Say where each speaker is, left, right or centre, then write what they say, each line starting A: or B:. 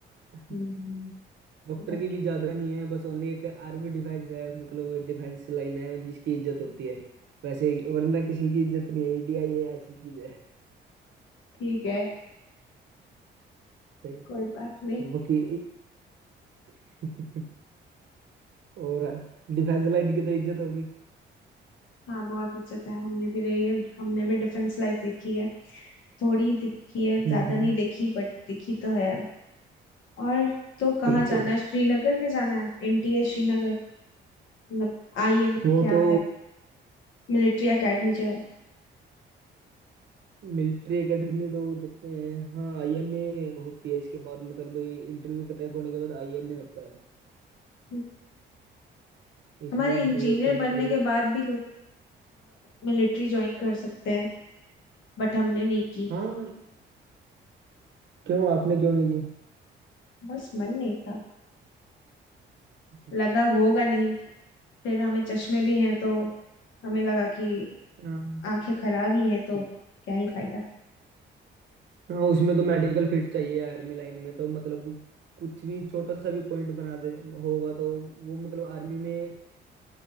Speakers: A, on the right; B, on the left.
A: है
B: हम्म,
A: डॉक्टर
B: बस
A: की भी ज्यादा नहीं है बस ओनली एक आर्मी डिफेंस है मतलब डिफेंस लाइन है जिसकी इज्जत होती है वैसे ही, वरना किसी की इज्जत नहीं है इंडिया ये ऐसी चीज है
B: ठीक है
A: सही
B: कोई बात नहीं
A: वकी <laughs> और डिफेंस लाइन की तो इज्जत होगी
B: हाँ बहुत इज्जत है हमने भी रही है हमने भी डिफेंस लाइफ देखी है थोड़ी दिखी है
A: हम्म,
B: ज्यादा नहीं देखी बट दिखी तो है और तो कहाँ
A: ठीक
B: जाना
A: है
B: है श्रीनगर में जाना है एनटीए श्रीनगर मतलब आईएम
A: वो
B: क्या
A: तो
B: है मिलिट्री एकेडमी जो
A: मिलिट्री एकेडमी तो देखते हैं हाँ आईएमए होती है इसके बाद मतलब इंटरव्यू क्रैक होने के बाद आईएमए होता है
B: है
A: इसमें
B: हमारे
A: इंटरव्यू
B: इंजीनियर
A: होता है मतलब
B: बनने के बाद भी लोग मिलिट्री ज्वाइन कर सकते हैं बट हमने नहीं की
A: हाँ क्यों आपने क्यों नहीं की
B: बस मन नहीं था
A: मन
B: लगा
A: नहीं था
B: होगा नहीं
A: ठीक
B: फिर हमें चश्मे भी हैं तो हमें लगा कि
A: हाँ
B: आंखें खराब ही हैं तो
A: ठीक
B: क्या ही फायदा
A: हाँ उसमें तो मेडिकल फिट चाहिए आर्मी लाइन में तो मतलब वो कुछ भी छोटा सा भी पॉइंट बना दे होगा तो वो मतलब आर्मी में